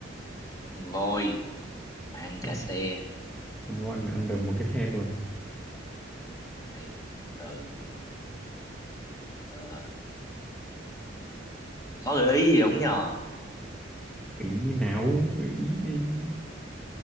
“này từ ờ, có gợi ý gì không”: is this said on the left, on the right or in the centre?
Left